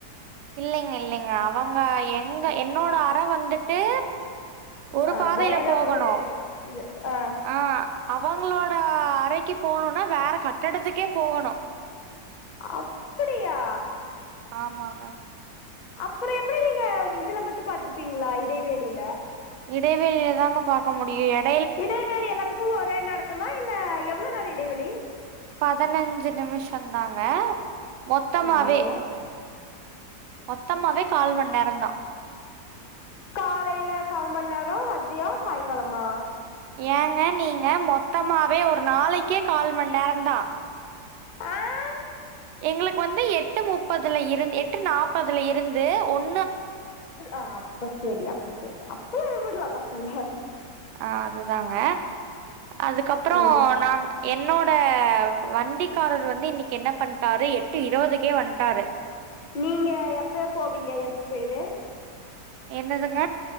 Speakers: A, on the right; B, on the left.
A: இல்லைங்க இல்லைங்க அவங்க எங்க என்னோட அற வந்துட்டு ஒரு
B: அஹ்
A: பாதையில
B: வேற
A: போகணு
B: ஒரு இது ஆஹ்
A: ஆ அவங்களோட அறைக்கு போணும்னா வேற கட்டடத்துக்கே போகணும்
B: அப்படியா
A: ஆமாங்க
B: அப்புறம் எப்படி நீங்க இதுல மட்டும் பாத்துப்பீங்களா இடைவேளியில
A: இடைவேளிய தாங்க பார்க்க முடியும் இட
B: இடைவேளி எல்லாத்துக்கும் ஒரே நடத்துமா இல்ல எவ்வளோ நிறைய இடைவெளி
A: பதினஞ்சு நிமிஷம் தாங்க மொத்தமாவே
B: என்னங்க
A: மொத்தமாவே கால் மண்நேரந்தான்
B: காலையில கால் மணி நேரம் மத்தியம் சாயங்காலமா
A: ஏங்க நீங்க மொத்தமாவே ஒரு நாளைக்கே கால் மண் நேரம் தான்
B: அஹ்
A: எங்களுக்கு வந்து எட்டு முப்பதுல இருந்து எட்டு நாற்பதுல இருந்து ஒன்
B: ஆ் அப்ப சரியா அப்போ என் விடலாம் தப்புல்ல
A: ஆஹ் அதுதாங்க அதுக்கப்புறம்
B: ம்
A: நான் என்னோட னோட வண்டிக்காரர் வந்து இன்னைக்கு என்ன பண்ணிட்டாரு எட்டு இருபதுக்கே வந்துட்டாரு
B: நீங்க எப்ப போவீங்க எப்பமே
A: என்னதுங்க